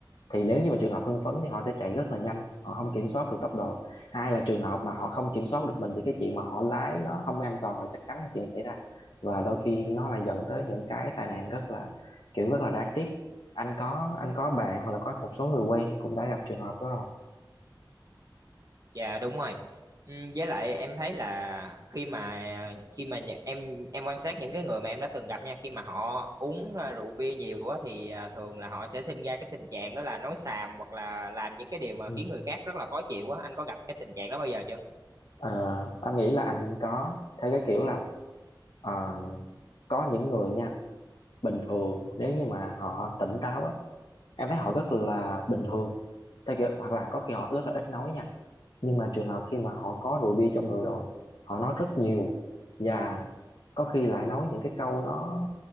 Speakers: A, on the left; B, on the right.
A: thì nếu như mà trường hợp hưng phấn thì họ sẽ chạy rất là nhanh họ không kiểm soát được tốc độ hai là trường hợp mà họ không kiểm soát được mình thì cái chuyện mà họ lái nó không an toàn là chắc chắn là chuyện xảy ra và đôi khi nó lại dẫn tới những cái tai nạn rất là kiểu rất là đáng tiếc anh có anh có bạn hoặc là có một số người quen cũng đã gặp trường hợp đó rồi
B: Dạ đúng rồi. Ừ, Với lại em thấy là khi mà khi mà nhà- em em quan sát những cái người mà em đã từng gặp nha, khi mà họ uống à, rượu bia nhiều á thì à, thường là họ sẽ sinh ra cái tình trạng đó là nói xàm hoặc là làm những cái điều mà
A: ừ.
B: khiến người khác rất là khó chịu á. Anh có gặp cái tình trạng đó bao giờ chưa?
A: Ờ, anh nghĩ là anh có thấy cái kiểu là ờ, có những người nha bình thường nếu như mà họ tỉnh táo á em thấy họ rất là bình thường theo kiểu hoặc là có khi họ rất là ít nói nha nhưng mà trường hợp khi mà họ có rượu bia trong người rồi họ nói rất nhiều và có khi lại nói những cái câu nó